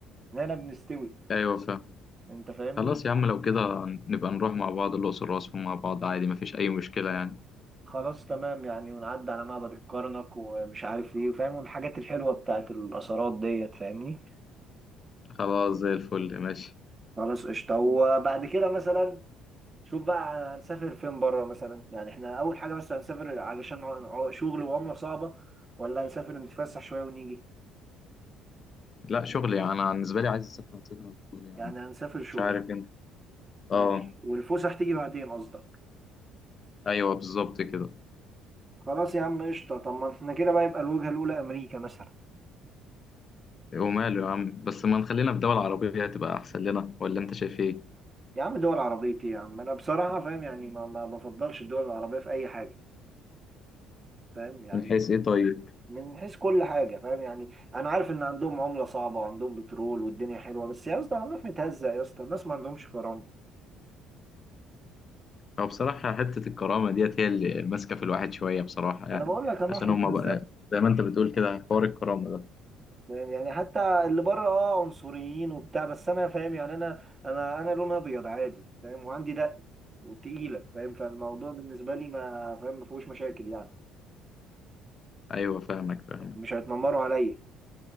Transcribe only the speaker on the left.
ايوه فاهم
خلاص يا عم لو كده نبقى نروح مع بعض الأقصر وأسوان مع بعض عادي مفيش أي مشكلة يعني
خلاص زي الفل ماشي
لا شغل يعني أنا بالنسبة لي عايز أسافر أسافر شغل يعني
مش عارف أنت أه
أيوه بالظبط كده
وماله يا عم بس ما نخلينا في دول عربية هتبقى أحسن لنا ولا أنت شايف إيه؟
من حيث إيه طيب؟
هو بصراحة حتة الكرامة ديت هي اللي ماسكة في الواحد شوية بصراحة يعني
عشان
هما بقى زي ما أنت بتقول كده حوار الكرامة ده
أيوه فاهمك فاهمك